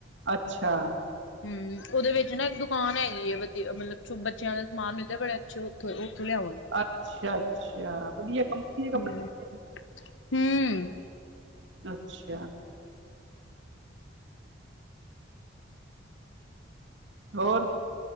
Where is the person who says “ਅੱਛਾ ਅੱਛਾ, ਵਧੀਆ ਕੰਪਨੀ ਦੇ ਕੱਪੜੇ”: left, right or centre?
Right